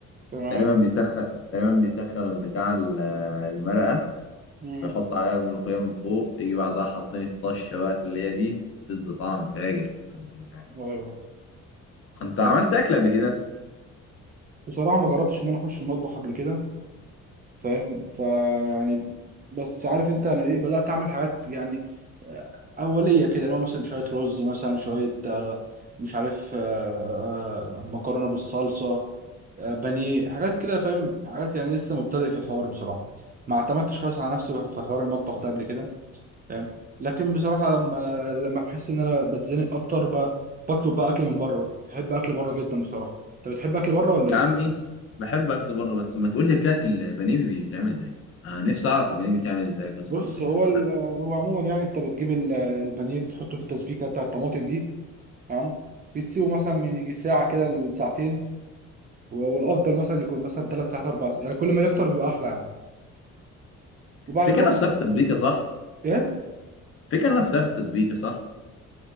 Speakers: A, on the right; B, on the left.
A: تمام
B: تقريبا بيسخن تقريبا بيسخن البتاع ال- آه، المرقة
A: امم
B: بيحط عليها الملوخية من فوق يجي بعدها حاطين الطشة بقى اللي هي دي تدي طعم فاجر اقسم بالله
A: ايوه ايوه.
B: انت عملت
A: طيب.
B: اكل قبل كده
A: بصراحه ما جربتش ان انا اخش المطبخ قبل كده فاهم فيعني بس عارف انت انا ايه بدات اعمل حاجات يعني آه، اوليه كده لو مثلا شويه رز مثلا شويه آه، مش عارف آه، آه، مكرونه بالصلصه آه، بانيه حاجات كده فاهم حاجات يعني لسه مبتدئ في الحوار بصراحه ما اعتمدتش خالص على نفسي في حوار المطبخ ده قبل كده فاهم لكن بصراحه لما لما بحس ان انا بتزنق اكتر ب... بطلب بقى اكل من بره بقى بحب اكل بره جدا بصراحه انت بتحب اكل بره ولا
B: يا
A: ايه
B: عمي بحب اكل بره بس ما تقول لي كده البانيه بيتعمل ازاي انا نفسي اعرف البانيه بيتعمل ازاي قسما
A: بص
B: بالله
A: هو
B: انا
A: ال- هو عموما يعني انت بتجيب ال- البانيه بتحطه في التسبيكه بتاع الطماطم دي تمام بتسيبه مثلا من يجي ساعه كده لساعتين والافضل مثلا يكون مثلا ثلاث ساعات اربع ساعات يعني كل ما يكتر بيبقى احلى يعني وبعد
B: فكرة
A: كده
B: نفسها
A: بت-
B: في التسبيكة صح
A: ايه
B: فكرة نفسها في التسبيكة صح